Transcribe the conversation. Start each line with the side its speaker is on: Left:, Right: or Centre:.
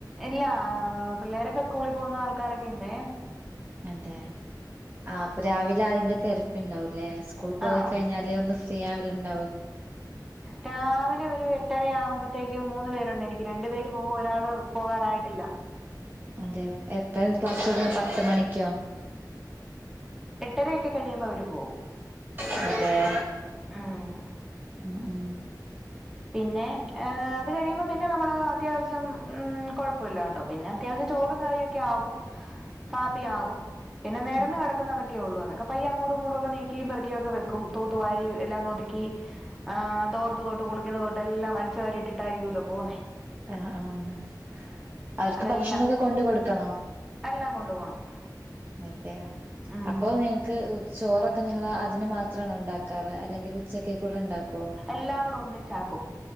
Centre: ഇല്ല പിള്ളേരൊക്കെ സ്കൂളിൽ പോകുന്ന ആൾക്കാരൊക്കെ ഉണ്ടെ.
Right: അതെ ആഹ് അപ്പൊ രാവിലെ അതിന്റെ തിരക്കുണ്ടാവുംല്ലേ സ്കൂൾ പോയിക്കഴിഞ്ഞാലേ
Centre: ആഹ്
Right: ഒന്ന് ഫ്രീ ഫ്രീ ആവല് ഉണ്ടാവു
Centre: രാവിലെ ഒരു എട്ടര ആകുമ്പത്തേക്കും മൂന്നു പേരുണ്ട് എനിക്ക് രണ്ടു പേര് പോകും ഒരാള് പോകാറായിട്ടില്ല.
Right: അതെ എപ്പഴ ക്ലാസ് തുടങ്ങാ പത്ത് മണിക്കോ?
Centre: എട്ടരയൊക്കെ കഴിയുമ്പൊ അവര് പോകും.
Right: അതെ
Centre: ഉം
Right: ഉം ഉം
Centre: പിന്നെ അത് കഴിയുമ്പോ പിന്നെ നമ്മള് അത്യാവശ്യം ഉം കൊഴപ്പല്ല ട്ടോ പിന്നെ അത്യാവശ്യം ചോറും കറിയൊക്കെ ആകും കാപ്പിയ ആകും പിന്നെ നേരന്ന്
Right: ഉം
Centre: കടക്കുന്നതൊക്കെ ഉള്ളു അതൊ ക്ക പയ്യ അങ്ങോട്ടും ഇങ്ങോട്ടും ഒക്കെ നീക്കിയും പെറുക്കിയൊക്കെ വെക്കും തൂത്തുവാരി എല്ലാം ഒതുക്കി ആ തോർത്ത് തൊട്ട് കുളിക്കുന്ന തൊട്ട് എല്ലാം വലിച്ചു വാരിയിട്ടിട്ടായിരിക്കൂല്ലോ പോകുന്നേ
Right: അഹ് ആഹ് അവർക്ക്
Centre: അതെല്ലാം
Right: ഭക്ഷണം ഒക്കെ കൊണ്ട് കൊടുക്കണോ?
Centre: എല്ലാം കൊണ്ടു പോണം.
Right: അതെയെ
Centre: ഉം
Right: അപ്പൊ നിങ്ങക്ക് ചോറൊക്കെ നിങ്ങൾ അതിന് മാത്രാണോ ഉണ്ടാക്കാറ് അല്ലെങ്കിൽ ഉച്ചക്കേക്ക് കൂടെ ഉണ്ടാക്കുവോ?
Centre: എല്ലാം കൂടെ ഒന്നിച്ചാക്കും.